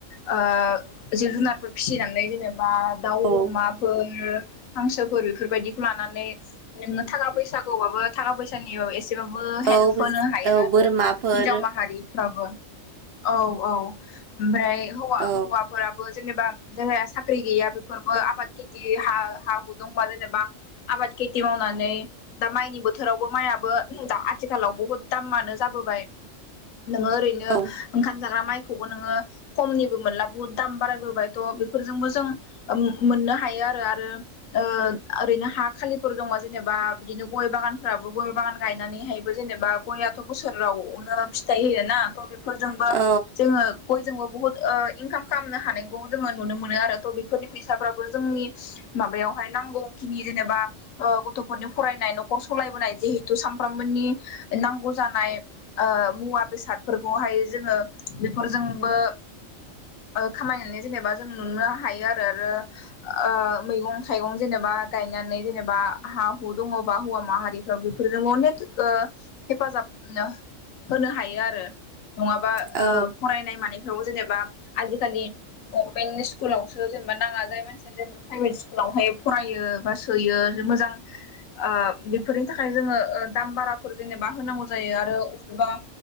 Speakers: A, on the left; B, on the right.
A: ओ जिब-जुनार फिसिनानै जेनेबा दाउ,
B: औ
A: अमा फोर हांसोफोर बेफोरबायदिखौ लानानै <unintelligible> थाखा फैसाखौबाबो थाखा फैसानि एसेबाबो हेल्प
B: औ
A: होनो हायो
B: औ
A: आरो
B: बोरमाफोर
A: हिन्जाव माहारिफ्राबो औ औ ओमफ्राय हौवा
B: औ
A: हौवाफोराबो जेनेबा जोंहा साख्रि गैया बेफोरबो आबाद खेथि हा हा हु दंबा जेनेबा आबाद खेथि मावनानै दा माइनि बोथ बोथोरावबो माइआबो दा आथिखालाव बहुद दामानो जाबोबाय नोङो ओरैनो
B: औ
A: ओंखाम जाग्रा माइखौबो नोङो खमनिबो मोनला बहुद दाम बारायबोबायथ' बेफोरजोंबो जों मुं मोननो हायो आरो आरो ओ ओरैनो हा खालिफोर दंबा जेनेबा बिदिनो गय बागान फोराबो गय बागान गायनानैहायबो जेनेबा गयाथ' बोसोरावनो फिथाइ होयोना थ फोरजोंबो
B: औ
A: जोङो बयजोंबो बुहुत ओ इनकाम खालामनो हानायखौ जोङो नुनो मोनो आरो थ' बेफोरनि फैसाफ्राबो जोंनि माबायावहाय नांगौ खिनि जेनेबा ओ गथ'फोरनि फरायनाय न'खर सलायबोनाय जिहेतु सामफ्रामबोनि नांगौ जानाय ओ मुवा बेसादफोरखौहाय जोङो बेफोरजोंबो ओ खामायनानै जेनेबा जों नुनो हायो आरो <unintelligible> रो ओ मैगं थाइगं जेनेबा गायनानै जेनेबा हा हु दङबा हौवा माहारिफ्राव बेफोरजों अनेक ओ हेफाजाब नो होनो हायो आरो नङाबा
B: औ
A: ओ फरायनाय मानायफ्राव जेनेबा आजिखालि गभनमेन्टनि स्कुलावसो जेनेबा नाङा जाय मान <unintelligible> प्राइभेट स्कुलावहाय फरायो बा सोयो मोजां ओ बेफोरनि थाखाय जोङो ओ दाम बाराफोर जेनेबा होनांगौ जायो आरो अखमबा